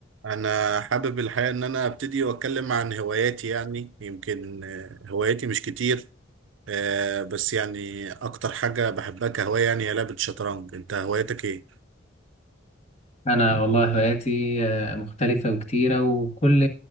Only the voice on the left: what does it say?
انا والله هواياتي آه، مختلفه وكتيره وكل